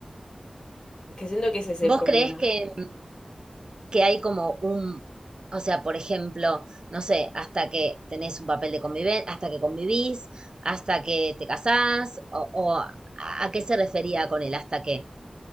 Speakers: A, on the left (about 50°); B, on the right (about 45°).
A: Que siento que ese es
B: ¿Vos
A: el problema.
B: creés que, que hay como un, o sea, por ejemplo, no sé, hasta que tenés un papel de convivencia, hasta que convivís, hasta que te casás, o, o a, a qué se refería con el hasta qué